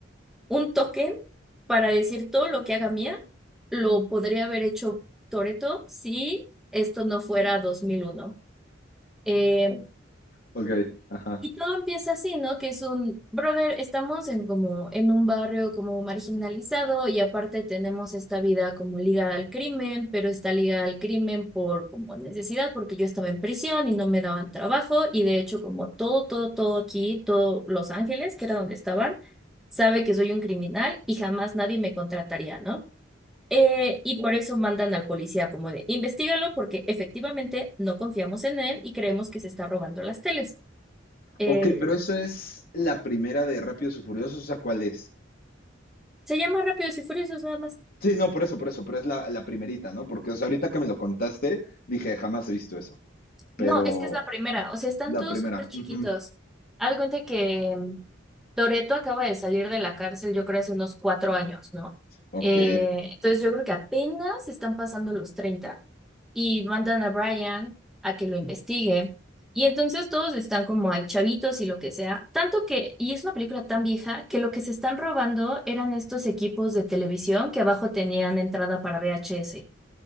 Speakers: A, in the centre; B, on the left.
A: un token para decir todo lo que haga Mia, lo podría haber hecho Toretto si esto no fuera dos mil uno Eh,
B: Ok, ajá.
A: y todo empieza así, ¿no? Que es un, brother, estamos en como en un barrio como marginalizado y aparte tenemos esta vida como ligada al crimen, pero está ligada al crimen por como necesidad, porque yo estaba en prisión y no me daban trabajo y de hecho como todo, todo, todo aquí, todo Los Ángeles, que era donde estaban, sabe que soy un criminal y jamás nadie me contrataría, ¿no? Eh, y por eso mandan al policía como de, investígalo porque efectivamente no confiamos en él y creemos que se está robando las teles. Eh,
B: Ok, pero eso es la primera de Rápidos y Furiosos, o sea, ¿cuál es?
A: Se llama Rápidos y Furiosos nada más.
B: Sí, no, por eso, por eso, pero es la, la primerita, ¿no? Porque, o sea, ahorita que me lo contaste, dije, jamás he visto eso, pero
A: No, es que es la primera. O sea, están
B: la
A: todos
B: primera.
A: súper chiquitos.
B: ujú,
A: Haz de cuenta que mm, Toretto acaba de salir de la cárcel, yo creo, hace unos cuatro años, ¿no?
B: Ok.
A: Eh, entonces yo creo que apenas están pasando los 30 y mandan a Brian a que lo investigue. Y entonces todos están como hay chavitos y lo que sea. Tanto que, y es una película tan vieja, que lo que se están robando eran estos equipos de televisión que abajo tenían entrada para VHS.